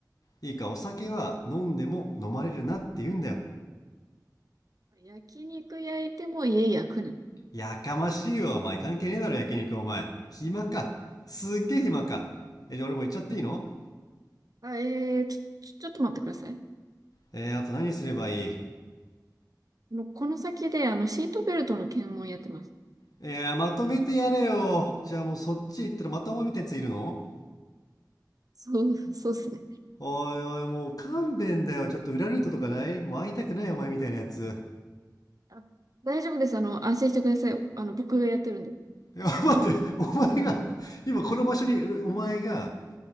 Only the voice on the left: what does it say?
いいか、お酒は飲んでも飲まれるなって言うんだよ。
やかましいわ、お前。関係ねえだろ、焼肉、お前。暇か。すっげえ暇か。え、じゃあ俺も行っちゃっていいの
えー、あと何すればいい
えーまとめてやれよ。じゃあもうそっち行ったらまたお前みたいなやついるの
おいおい、もう勘弁だよ。ちょっと裏ルートとかないもう会いたくないお前みたいなやつ。
いや、待って、お前が、今この場所にお前が、